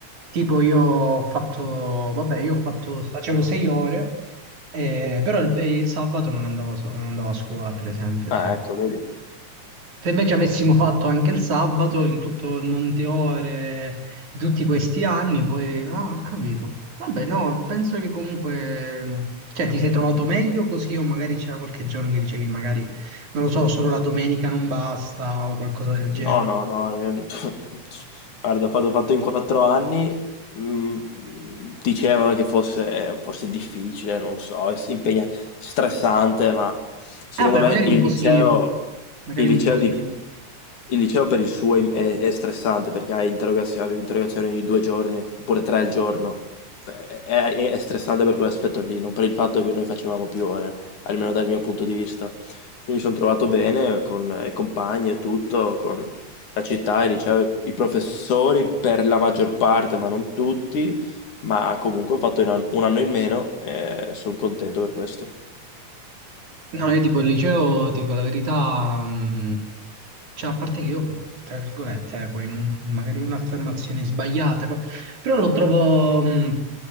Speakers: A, on the right; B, on the left.
A: tipo io ho fatto, vabbè, io ho fatto, facevo sei ore, eh, però il, il sabato non andavo, a so- non andavo a scuola, per esempio,
B: Ah,
A: sì.
B: ecco, vedi.
A: Se invece avessimo fatto anche il sabato in tutto il Monteore, tutti questi anni, poi... Ah, ho capito. Vabbè, no, penso che comunque... Cioè, ti sei trovato meglio così o magari c'era qualche giorno che dicevi magari, non lo so, solo la domenica non basta o qualcosa del genere.
B: No, no,
A: Eh,
B: no, io- <laughs> guarda, quando ho fatto in quattro anni, mh, dicevano che fosse, fosse difficile, non so, es- impegnat- stressante, ma secondo
A: Vabbè,
B: me
A: magari
B: il
A: un po'
B: liceo,
A: sì, magari
B: il
A: un
B: liceo
A: po' sì.
B: di- il liceo per il suo è, è- è stressante perché hai interrogazioni, avevi interrogazioni ogni due giorni, oppure tre al giorno. Beh, È, è- è stressante per quell'aspetto lì, non per il fatto che noi facevamo più ore, almeno dal mio punto di vista. Quindi mi sono trovato bene con i compagni e tutto, con la città, il liceo, i professori per la maggior parte, ma non tutti, ma comunque ho fatto un an- un anno in meno e sono contento per questo.
A: No, io tipo il liceo, dico la verità, mh, cioè a parte che io, tra virgolette, eh, poi non- magari è un'affermazione sbagliata, co- però lo trovo, mh,